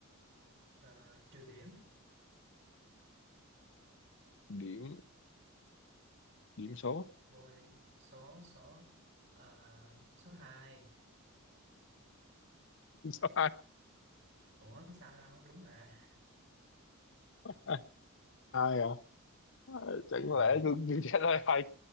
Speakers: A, on the right; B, on the left.
A: ờ, trừ điểm
B: điểm điểm số
A: thua đi số số ờ, số 2
B: <laughs> điểm số hai
A: ủa có sao đâu đúng mà
B: hai hai à Ờ, chẳng
A: ừ.
B: lẽ tôi tôi trả lời hai